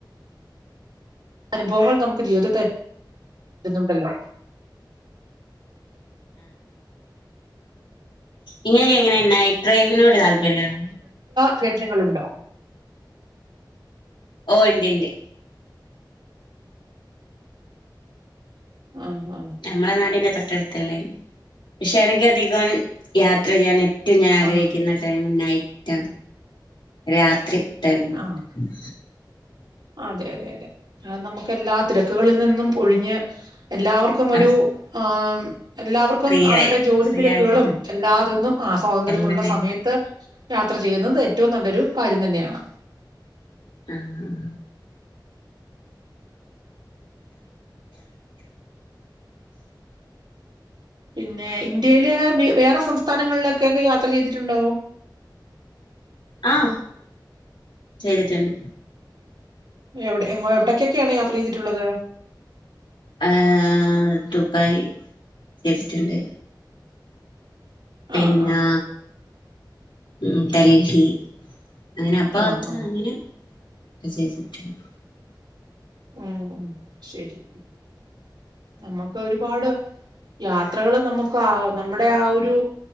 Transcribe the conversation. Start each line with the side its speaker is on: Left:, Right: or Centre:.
Right: അനുഭവങ്ങൾ നമുക്ക് ജീവിത വരുന്നുണ്ടല്ലോ
Left: ഇങ്ങൊക്കെ എങ്ങനെയന്ന ട്രൈവിനോട് താല്പര്യം
Right: ക്ഷബദങ്ങളുണ്ടോ <unintelligible>
Left: ഓ ഉണ്ട് ഉണ്ട്
Right: ആഹ് ആഹ്
Left: നമ്മളെ നാടിന്റെ- തൊട്ടടുത്തല്ലേ പക്ഷെ എനിക്ക് അധികം യാത്ര ചെയ്യാനെ <unintelligible> ഞാൻ ആഗ്രഹിക്കുന്ന
Right: ആഹ്
Left: ടൈം നൈറ്റ് രാ രാത്രി
Right: ആഹ്
Left: <unintelligible>
Right: അതെ അതെ അതെ അത് നമുക്ക് എല്ലാ തെരക്കുകളിൽ നിന്നും ഒഴിഞ്ഞ് എല്ലാവർക്കും ഒരു
Left: ആഹ്
Right: ആം എല്ലാവർക്കും
Left: ഫ്രീ
Right: അവരുടെ
Left: ആയി
Right: ജോലി
Left: ഫ്രീ
Right: തിരക്കുകളും
Left: ആയി കിട്ടും
Right: എല്ലാതന്നും ആ സ്വാതന്ത്ര്യമുള്ള
Left: എല്ലാ ടൈമും
Right: സമയത്ത് യാത്ര ചെയ്യുന്നത് ഏറ്റവും നല്ലൊരു കാര്യം തന്നെയാണ്
Left: ഉം
Right: പിന്നെ ഇന്ത്യയില് മി വേറെ സ് സംസ്ഥാനങ്ങളിലൊക്കെ <unintelligible> യാത്ര ചെയ്തിട്ടുണ്ടോ
Left: ആഹ് ചെയ്തിട്ടുണ്ട്
Right: എവിടെ എങ്ങോ എവിട് യ്ക്കൊക്കെയാണ് യാത്ര ചെയ്തിട്ടുള്ളത്
Left: ഏ ദുബായ് ചെയ്തിട്ടുണ്ട് പിന്നാ
Right: ആഹ് ആഹ്
Left: ഉം ഡൽഹി അങ്ങനെ അപ്പ
Right: ആഹ്
Left: അത്ര
Right: ആഹ്
Left: അങ്ങനെ ചെയ്തിട്ടുണ്ട്
Right: ഉം ശരി നമുക്ക് ഒരുപാട് യാത്രകള് നമുക്ക് ആ നമ്മുടെ ആ ഒരു